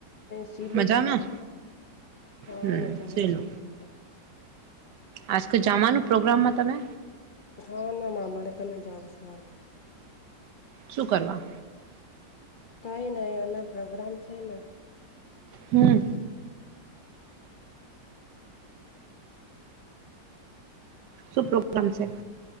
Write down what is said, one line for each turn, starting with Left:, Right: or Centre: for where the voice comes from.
Left: સીલું
Right: મજામાં
Left: શું હા
Right: હમ
Left: મજામાં
Right: ચલો
Left: શું હતું
Right: આજ તો જવાનું પ્રોગ્રામમાં તમે
Left: હા ને માામા રખ જાઓ આજે
Right: શું કરવા?
Left: કઈ નહી એના પ્રોગ્રામ છે ના
Right: હમ. શું પ્રોગ્રામ છે?